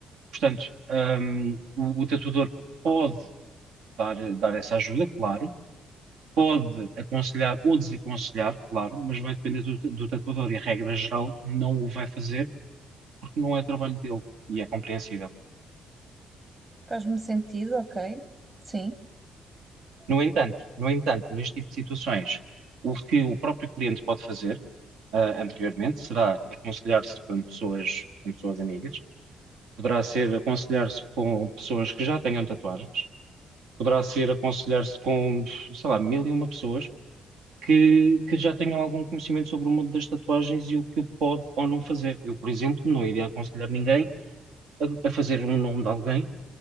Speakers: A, on the right; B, on the right.
A: Portanto, hum, o, o tatuador pode dar, dar essa ajuda, claro, pode aconselhar ou desaconselhar, claro, mas vai depender do, do tatuador e, a regra geral, não o vai fazer porque não é trabalho dele e é compreensível.
B: Faz-me sentido, ok. Sim.
A: No entanto, no entanto, neste tipo de situações, o que o próprio cliente pode fazer, ah, anteriormente será aconselhar-se com pessoas, com pessoas amigas, poderá ser aconselhar-se com pessoas que já tenham tatuagens, poderá ser aconselhar-se com, sei lá, mil e uma pessoas que, que já tenham algum conhecimento sobre o mundo das tatuagens e o que pode ou não fazer. Eu, por exemplo, não iria aconselhar ninguém a, a fazer um nome de alguém